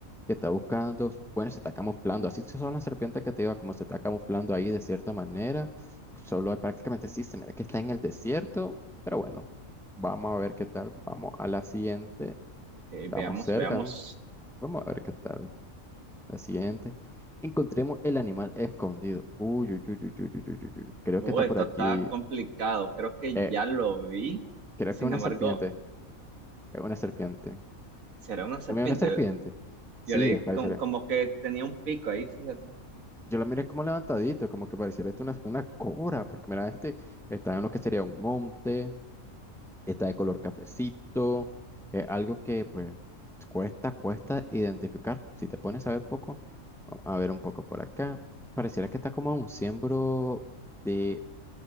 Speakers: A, in the centre; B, on the right.
A: que está buscando, bueno, se está camuflando, así son las serpientes que te digo, como se está camuflando ahí de cierta manera, solo prácticamente sí se mira que está en el desierto, pero bueno, vamos a ver qué tal, vamos a la siguiente,
B: Ok,
A: estamos
B: veamos,
A: cerca,
B: veamos.
A: ¿no? Vamos a ver qué tal, la siguiente, encontremos el animal escondido, uy, uy, uy, uy, uy, uy, uy, uy, uy, creo
B: Uy,
A: que está por
B: esto
A: aquí,
B: está complicado. Creo que
A: eh,
B: ya lo vi.
A: creo
B: Sin
A: que es una
B: embargo,
A: serpiente, es una serpiente.
B: será una serpiente.
A: Para una serpiente. Sí,
B: Yo leí
A: es pareciera.
B: com- como que tenía un pico ahí, fíjate.
A: Yo la miré como levantadito, como que pareciera esto una, una cobra, porque mira, este está en lo que sería un monte, está de color cafecito, es algo que pues cuesta, cuesta identificar. Si te pones a ver poco, vamos a ver un poco por acá. Pareciera que está como un siembro de,